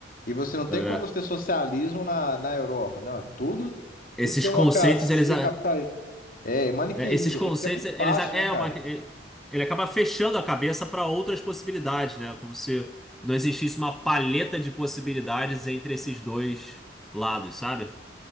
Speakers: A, on the left (about 45°); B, in the centre.
A: E você não tem
B: é.
A: como você ter socialismo na, na Europa. Não, é tudo,
B: Esses
A: tudo democracia
B: conceitos, eles.
A: capitalista. É, é maniqueísmo.
B: É, esses conceitos,
A: É porque é muito
B: eles
A: fácil,
B: é
A: né, cara?
B: uma, ele, ele acaba fechando a cabeça para outras possibilidades, né? Como se não existisse uma paleta de possibilidades entre esses dois lados, sabe?